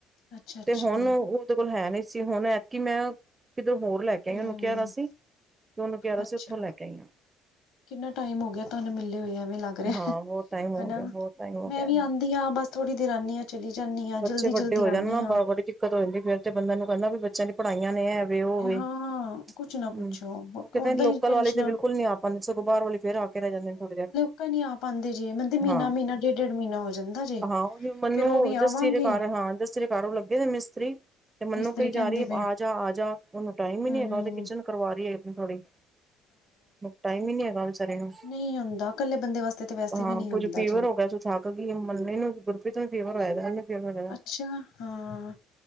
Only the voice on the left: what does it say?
ਅੱਛਾ ਅੱਛਾ
ਹੂੰ
ਅੱਛਾ
ਕਿੰਨਾ ਟਾਈਮ ਹੋ ਗਿਐ ਤੁਆਨੂੰ ਮਿਲੇ ਹੋਏ, ਐਵੇਂ ਲੱਗ ਰਿਹਾ
ਹੈਨਾ?
ਮੈਂ
ਵੀ ਆਂਦੀ ਹਾਂ, ਬਸ ਥੋੜ੍ਹੀ ਦੇਰ ਆਂਨੀ ਆ, ਚਲੀ ਜਾਂਨੀ ਆ,
ਜਲਦੀ
-ਜਲਦੀ
ਆਨੀ
ਆ।
ਹਾਂ
ਕੁਛ ਨਾ ਪੁੱਛੋ
ਓਦਾਂ
ਹੀ ਟੈਨਸ਼ਨਾਂ
ਪੱਕਾ ਨੀ ਆ ਪਾਂਦੇ ਜੇ ਮੈਨ ਤੇ ਮੀਨਾ-ਮੀਨਾ,
ਡੇਢ-ਡੇਢ ਮੀਨਾ ਹੋ ਜਾਂਦਾ ਜੇ,
ਫੇਰ ਓ ਵੀ
ਆਵਾਂਗੇ
ਮਿਸਤਰੀ
ਕਹਿੰਦੇ
ਪਏ
ਹਮ
ਨਈ ਹੁੰਂਦਾ, ਕੱਲੇ ਬੰਦੇ ਵਾਸਤੇ ਤਾਂ ਵੈਸੇ
ਵੀ ਨੀ ਹੁੰਦਾ
ਜੇ।
ਅੱਛਾ
ਹਾਂ